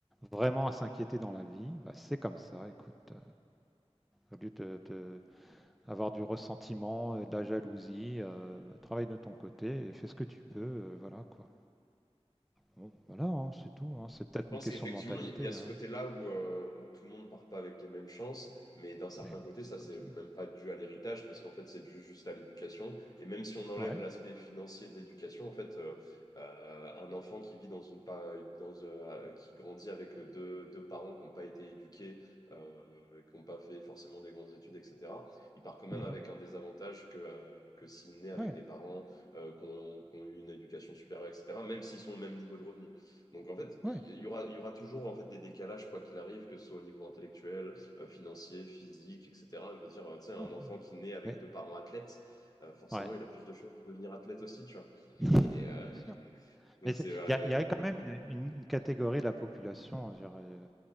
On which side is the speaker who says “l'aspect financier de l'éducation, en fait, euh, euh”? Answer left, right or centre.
Left